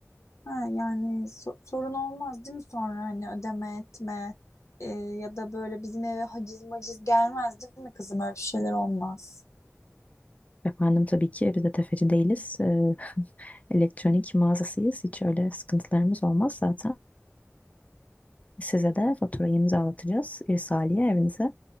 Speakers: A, on the left (about 75°); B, on the left (about 30°).
A: Ha, yani so- sorun olmaz değil mi sonra hani ödeme etme e, ya da böyle bizim eve haciz maciz gelmez değil mi kızım öyle bir şeyler olmaz.
B: Efendim tabii ki biz de tefeci değiliz. Ee, <laughs> elektronik mağazasıyız. Hiç öyle sıkıntılarımız olmaz zaten. Size de faturayı imzalatacağız. İrsaliye evinize